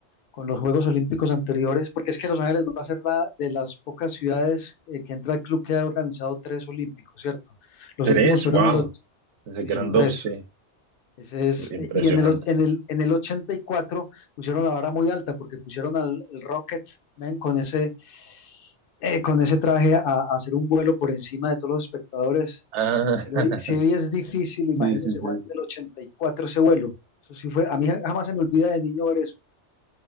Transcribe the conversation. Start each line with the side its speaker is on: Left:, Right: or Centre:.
Left: con los Juegos Olímpicos anteriores, porque es que Los Ángeles va a ser la de las pocas ciudades eh, que entra el club que ha organizado tres olímpicos, ¿cierto? Los
Right: Tres,
Left: últimos fueron
Right: wow.
Left: de los,
Right: Pensé
Left: sí,
Right: que
Left: son
Right: eran dos,
Left: tres,
Right: sí.
Left: ese es, eh,
Right: Impresionante.
Left: y en el, o- en el, en el 84 pusieron la vara muy alta porque pusieron al al Rockets man, con ese, eh, con ese traje a, a hacer un vuelo por encima de todos los espectadores.
Right: Ah,
Left: Si
Right: <laughs>
Left: hoy, si hoy es difícil, imagínense
Right: sí, sí, sí.
Left: Juan, del 84 ese vuelo. Eso sí fue, a mí jamás se me olvida de niño ver eso.